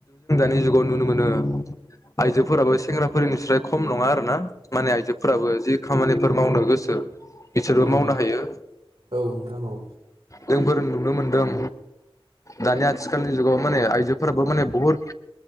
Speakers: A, on the left; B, on the right.
A: बे जुगाव नुनो मोनो आइजोफोराबो सेंग्राफोरनिस्राय खम नङा आरो ना मा फोराबो जि खामानिफोर मावनो गोसो बिसोरबो मावनो
B: औ
A: हायो
B: औ नोंथां औ
A: जोंफोर नुनो मोनदों दानि आथिखालनि जुगाव माने आइजोफोराबो माने बुहुद